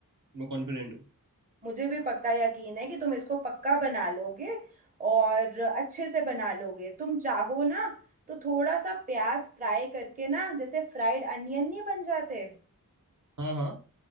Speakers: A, on the right; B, on the right.
A: मैं कॉन्फिडेंट हूँ
B: मुझे भी पक्का यकीन है कि तुम इसको पक्का बना लोगे और अच्छे से बना लोगे तुम चाहो ना तो थोड़ा सा प्याज फ्राई करके ना जैसे फ्राइड अनियन नहीं बन जाते
A: हाँ हाँ